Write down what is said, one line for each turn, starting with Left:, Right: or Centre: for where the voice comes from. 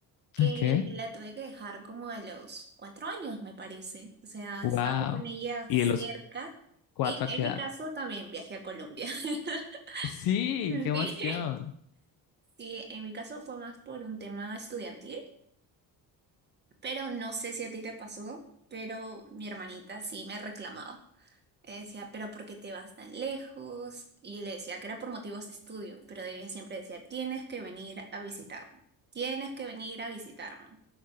Right: que
Left: Ok.
Right: yo la tuve que dejar como a los cuatro años, me parece. O sea,
Left: Wow.
Right: estaba con ella
Left: ¿Y
Right: cerca
Left: de los cuatro
Right: y
Left: a
Right: en
Left: qué
Right: mi
Left: edad?
Right: caso también viajé a Colombia. <laughs>
Left: Sí,
Right: Sí.
Left: qué emoción.
Right: Sí, en mi caso fue más por un tema estudiantil, pero no sé si a ti te pasó, pero mi hermanita sí me reclamaba. Eh, Decía, pero ¿por qué te vas tan lejos? Y yo le decía que era por motivos de estudio, pero ella siempre decía, tienes que venir a visitarme, tienes que venir a visitarme.